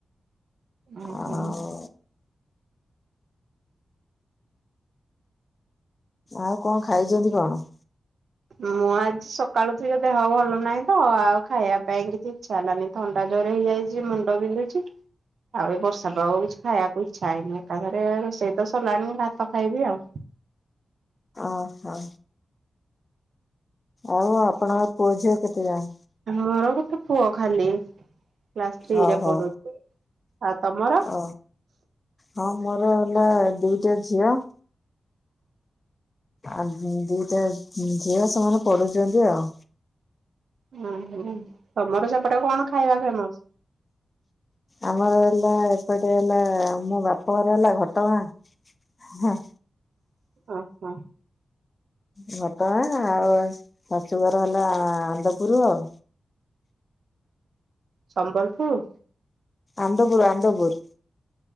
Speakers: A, on the right; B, on the left.
A: ଓ
B: ଆଉ
A: ହୁଁ।
B: ଆଉ କଣ ଖାଇଛନ୍ତି କଣ?
A: ମୁଁ ଆଜି ସକାଳୁ ଟିକେ ଦେହ ଭଲ ନାହିଁ ତ ଆଉ ଖାଇବା ପାଇଁ କିଛି ଇଚ୍ଛା ହେଲାନି। ଥଣ୍ଡା ଜୋରେ ହେଇଯାଇଛି ଯେ ମୁଣ୍ଡ ବିନ୍ଧୁଛି। ଆଉ ଏଇ ବର୍ଷା ପାଗ କୁ ଆଉ କିଛି ଖାଇବାକୁ ଇଚ୍ଛା ହେଇନି ତାଥରେ ରୋଷେଇ ତ ସରିଲାଣି ମୁଁ ଭାତ ଖାଇବି ଆଉ।
B: ଓ ହୋ। ଆଉ ଆପଣଙ୍କ ପୁଅ ଝିଅ କେତେ ଜଣ?
A: ମୋର ଗୋଟେ ପୁଅ ଖାଲି। କ୍ଲାସ ଥ୍ରୀରେ
B: ଓହୋ
A: ପୁଢୁଛି ଆଉ ତମର।
B: ଓ ହଁ ମୋର ହେଲା ଦୁଇଟା ଝିଅ। ଆଉ ଦିଟା ଝିଅ ସେମାନେ ପଢୁଛନ୍ତି ଆଉ।
A: ଉଁ ହୁଁ ତମର ସେପଟେ କଣ ଖାଇବା ଫେମସ?
B: ଆମର ହେଲା ଏପଟେ ହେଲା ମୋ ବାପଘର ହେଲା ଘଟଗାଁ।
A: ଓହୋ।
B: ଘଟଗାଁ ଆଉ ଶାଶୁଘର ହେଲା ଆନ୍ଦପୁର ଆଉ।
A: ସମ୍ବଲପୁର।
B: ଆନ୍ଦପୁର ଆନ୍ଦପୁର।